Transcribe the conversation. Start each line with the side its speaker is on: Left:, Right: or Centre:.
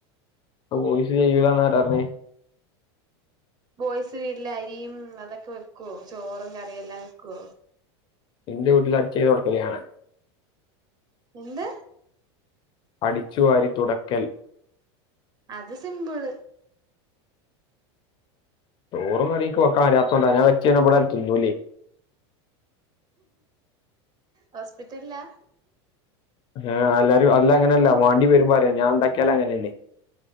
Left: വോയ്സ്ചെയ്യൂലാന്നാരാർഞ്ഞെ
Right: ബോയ്സ് വീട്ടില് അരിയും അതൊക്കെ വെക്കുവോ ചോറും കറിയെല്ലാം വെക്കുവോ
Left: എന്റെ വീട്ടില് അടിച്ചാരി തൊടക്കല് ഞാനാ
Right: എന്ത്
Left: അടിച്ചുവാരി തുടക്കൽ
Right: അത് സിമ്പിള്
Left: ചോറും കറിക്കെ വക്കാനറിയാത്തോണ്ട ഞാൻ വെച്ച ഇവിടെ ആരും തിന്നൂലേ
Right: ഹോസ്പിറ്റലിലാ
Left: ആഹ് അല്ലാരും അല്ല അങ്ങനല്ല വാണ്ടി വരുമ്പോ അറിയാ ഞാൻണ്ടാക്കിയാല് അങ്ങനെന്നെ